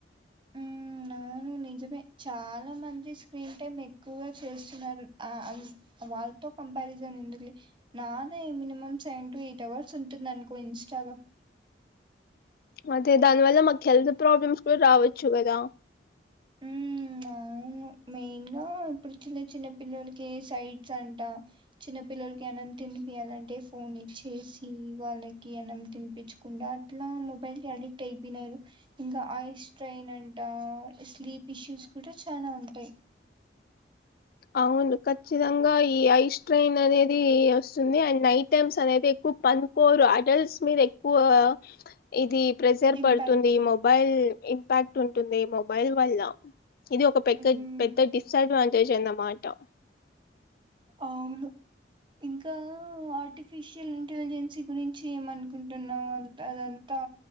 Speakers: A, on the right (about 25°); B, on the left (about 55°).
A: ఉమ్, అవును నిజమే చాలా మంది స్క్రీన్ టైమ్ ఎక్కువగా చూస్తున్నారు ఆ వాళ్ళతో కంపారిజన్ ఎందుకులే నాదే minimum seven to eight hours ఉంటుందనుకో ఇన్స్టాలో
B: అదే దాని వల్ల మాకు హెల్త్ ప్రాబ్లమ్స్ కూడా రావచ్చు కదా
A: ఉమ్ మెయిన్ గా ఇప్పుడు చిన్న చిన్న పిల్లలకి సైట్స్ అంట చిన్న పిల్లలకి అనంత్ తినిపియాలంటే ఫోన్ ఇచ్చేసి వాళ్ళకి అనం తినిపించకుండా అట్లా మొబైల్ అడిక్ట్ అయిపొయినారు ఇంకా ఐ స్ట్రైన్ అంట స్లీప్ ఇష్యూస్ కూడా చానా టె
B: అవును ఖచ్చితంగా ఈ ఐస్ ట్రైన్ అనేది వస్తుంది అండ్ నైట్ టైమ్స్ అనేదిక్ పన్కోరు అడల్ట్స్ మీద ఎక్కువ ఇది ప్రెజర్
A: ఇంపాక్ట్
B: పడుతుంది మొబైల్ ఇంపాక్ట్ ఉంటుంది మొబైల్ వల్ల ఇది ఒక పెకగ్
A: హ్మ్
B: పెద్ద డిస్అడ్వాంటేజ్ అన్నమాట
A: అవును ఇంకా ఆర్టిఫిషియల్ ఇంటెలిజెన్సీ గురించి ఏమనుకుంటున్నాం అంత అదంతా